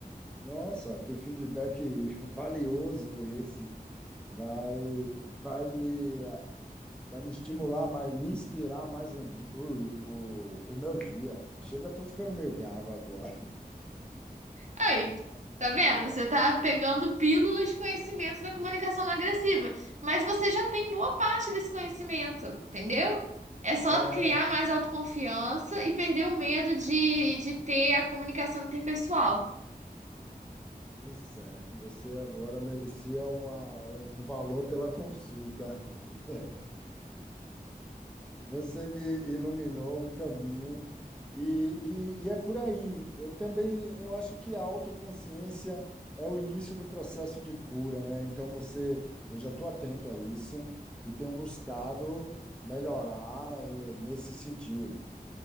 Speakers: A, in the centre; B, on the right.
A: Nossa, que feedback <laughs> valioso esse! Vai, vai me, vai me estimular mais, me inspirar mais um dia, o, o, o meu dia. Chega, estou ficando meio gago agora.
B: Aí, tá vendo? Você tá pegando pílulas de conhecimentos da comunicação não agressiva, mas você já tem boa parte desse conhecimento, entendeu? É só
A: É,
B: criar mais autoconfiança e perder o medo de, de ter a comunicação interpessoal.
A: pois é, você agora merecia uma, um um valor pela consulta. <laughs> Você me iluminou o caminho e, e, e é por aí. Eu também, eu acho que a autoconsciência é o início do processo de cura, né? Então você, eu já estou atento a isso e tenho buscado melhorar eh, nesse sentido.